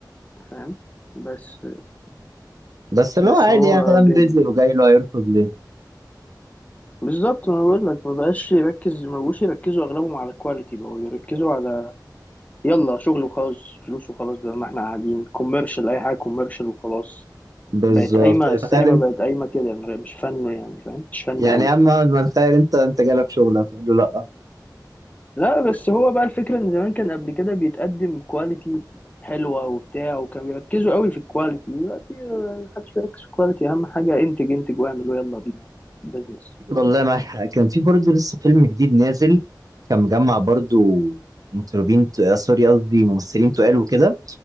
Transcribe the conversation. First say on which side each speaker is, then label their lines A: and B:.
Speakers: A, on the left (about 20°); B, on the right (about 55°).
A: فاهم بس
B: بس اللي
A: بس
B: هو عادي
A: هو
B: يعني فاهم
A: جامد
B: رزق
A: يعني
B: وجاي له هيرفض ليه
A: بالظبط ما بقول لك ما بقاش يركز ما بقوش يركزوا اغلبهم على الكواليتي بقوا يركزوا على يلا شغل وخلاص فلوس وخلاص بدل ما احنا قاعدين كوميرشال اي حاجه كوميرشال وخلاص
B: بالظبط
A: بقت قايمه
B: يعني
A: السينما
B: تخيل انت
A: بقت قايمه كده مش فن يعني فاهم مش فن
B: يعني
A: قوي
B: يا عم ما تخيل انت انت جالك شغل هتقول له لا
A: لا بس هو بقى الفكرة ان زمان كان قبل كده بيتقدم كواليتي حلوة وبتاع وكانوا بيركزوا قوي في الكواليتي دلوقتي آه، محدش بيركز في الكواليتي اهم حاجة انتج انتج واعمل ويلا بينا بزنس
B: والله
A: فاهم
B: معاك حق كان في برضو لسه فيلم جديد نازل كان مجمع برضو مطربين ت- آه، سوري قصدي ممثلين تقال وكده